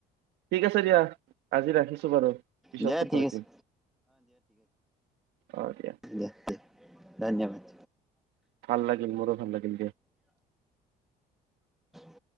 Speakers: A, on the right (about 80°); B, in the centre.
A: ঠিক আছে দিয়া। আজি ৰাখিছো বাৰু। পিছত
B: দিয়া
A: কথা
B: ঠিক
A: পাতিম।
B: আছে
A: হয়।
B: দিয়ক দে, ধন্যবাদ।
A: ভাল লাগিল মোৰো ভাল লাগিল দিয়া
B: <inaudible>